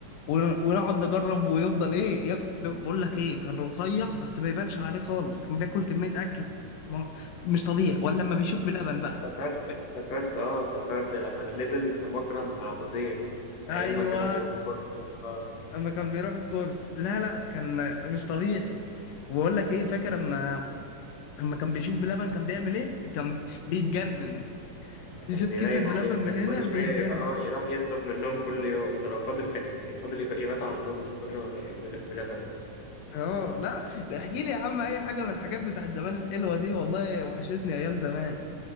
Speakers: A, on the left; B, on the left.
A: ون- ونقعد نجرب ويفضل ايه ياك- بقول لك ايه كان رفيع بس ما يبانش عليه خالص كان بياكل كميه اكل ما- مش طبيعي ولا لما بيشوف
B: ما أنا
A: بلبن
B: ما أنا
A: بقى
B: افتكرت افتكرت
A: ب-
B: آه افتكرت لما نزل في مكرم مع أبو زيد
A: ايوه
B: أيام ما كانوا بيروحوا كورة آه
A: اما كان بيروح الكورس لا لا كان مش طبيعي وبقول لك ايه فاكر اما اما كان بيشوف بلبن كان بيعمل ايه كان بيتجنن
B: ده كان
A: يشوف
B: بيرايل
A: كيسة بلبن
B: عليه وكان
A: من هنا
B: كل شوية
A: بيتجنن
B: يروح, آه يروح يطلب منهم كل يوم ده لو فاضل كان فاضل يب- يبات عندهم من كتر ما بيحب بلبن ده.
A: اه لا احكي لي يا عم اي حاجه من الحاجات بتاعت زمان الحلوه دي والله وحشتني ايام زمان